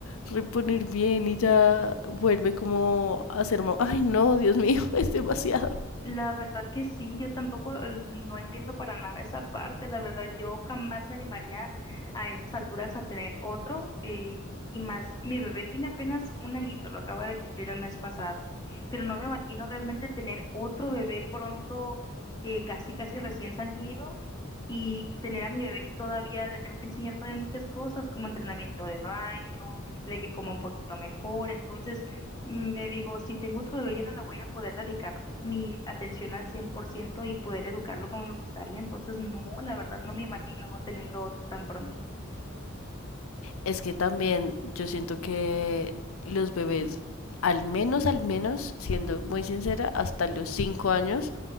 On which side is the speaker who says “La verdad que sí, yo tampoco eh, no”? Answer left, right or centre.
Left